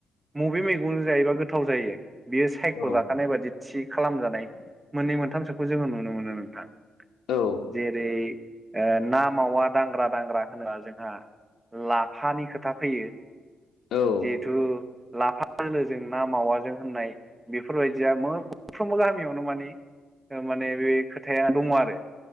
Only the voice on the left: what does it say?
औ
औ
औ